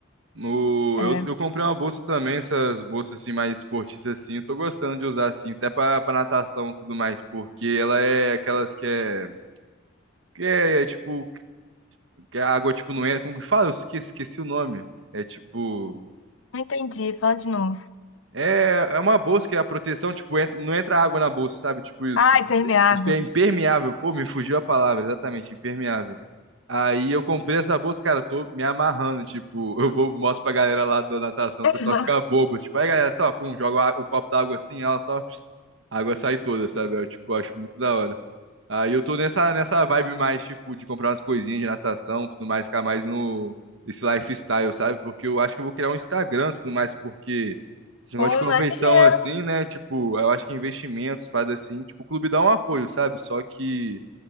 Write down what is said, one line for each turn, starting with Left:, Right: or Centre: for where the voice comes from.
Right: O,
Left: É.
Right: eu, eu comprei uma bolsa também, essas bolsas assim mais esportistas assim, eu tô gostando de usar assim, até pra, pra natação e tudo mais, porque ela é aquelas que é, que é, é, tipo, que a água tipo não entra, como que fala? Eu esque- esqueci o nome. É tipo,
Left: Não entendi. Fala de novo.
Right: É, é uma bolsa que a proteção, tipo, entra, não entra água na bolsa, sabe? Tipo isso.
Left: Ah, impermeável.
Right: É impermeável. Pô, me fugiu a palavra, exatamente, impermeável. Aí eu comprei essa bolsa, cara, tô me amarrando, tipo, <laughs> eu vou mostro pra galera lá da natação,
Left: <laughs>
Right: o pessoal fica bobo, tipo, aí galera, só, pum, joga a- o copo d'água assim, ela só, pss, a água sai toda, sabe? Eu, tipo, acho muito da hora. Aí eu tô nessa, nessa vibe mais, tipo, de comprar umas coisinhas de natação, tudo mais, ficar mais no, esse lifestyle, sabe? Porque eu acho que eu vou criar um Instagram, tudo mais, porque esse negócio
Left: Pô,
Right: de competição
Left: maneiro.
Right: assim, né? Tipo, eu acho que investimentos, parada assim, tipo, o clube dá um apoio, sabe? Só que,